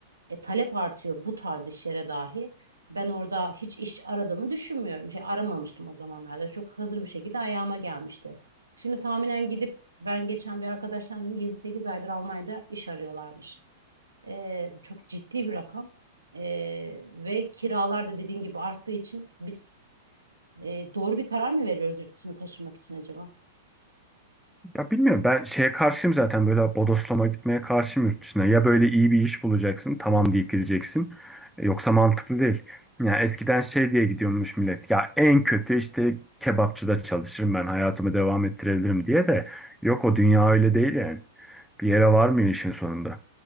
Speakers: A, on the right (about 75°); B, in the centre.
A: e, talep artıyor bu tarz işlere dahi. Ben orada hiç iş aradığımı düşünmüyorum. Şey aramamıştım o zamanlarda. Çok hazır bir şekilde ayağıma gelmişti. Şimdi tahminen gidip ben geçen bir arkadaştan dedim 7-8 aydır Almanya'da iş arıyorlarmış. E, çok ciddi bir rakam. E, ve kiralar da dediğin gibi arttığı için biz e, doğru bir karar mı veriyoruz yurt dışına taşınmak için acaba?
B: Ya bilmiyorum ben şeye karşıyım zaten böyle bodoslama gitmeye karşıyım yurt dışına. Ya böyle iyi bir iş bulacaksın tamam deyip gideceksin. E, Yoksa mantıklı değil. Ya eskiden şey diye gidiyormuş millet. Ya en kötü işte kebapçıda çalışırım ben hayatımı devam ettirebilirim diye de. Yok o dünya öyle değil yani. Bir yere varmıyor işin sonunda.